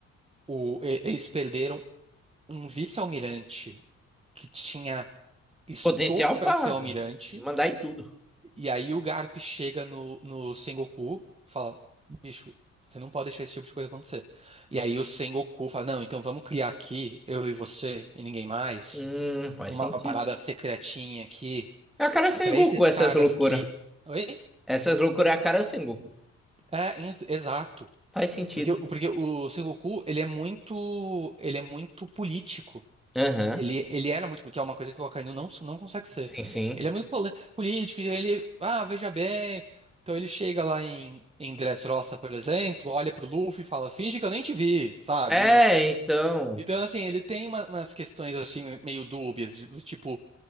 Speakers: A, on the right; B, in the centre.
A: o- e- eles perderam um vice-almirante que tinha estofo
B: Potencial
A: para
B: pra
A: ser almirante,
B: mandar em tudo.
A: e aí o Garp chega no, no Sengoku e fala: bicho, você não pode deixar esse tipo de coisa acontecer. E aí o Sengoku fala: não, então vamos criar aqui, eu e você e ninguém mais,
B: Hum, faz
A: uma
B: sentido.
A: parada secretinha aqui,
B: É a cara sem
A: para
B: Goku,
A: esses
B: essas
A: caras
B: loucuras.
A: que. Oi?
B: Essas loucuras é a cara sem Goku.
A: É, in- exato.
B: Faz sentido.
A: Porque, o- porque o Sengoku, ele é muito, ele é muito político.
B: Aham.
A: Ele,
B: uhum.
A: ele era muito, porque é uma coisa que o Akainu não, não consegue ser.
B: Sim, sim.
A: Ele é muito pol- político, então ele, ah, veja bem. Então ele chega lá em, em Dressrosa, por exemplo, olha pro Luffy e fala, finge que eu nem te vi, sabe?
B: É,
A: E-
B: então.
A: Então, assim, ele tem uma- umas questões, assim, meio dúbias, de- do tipo,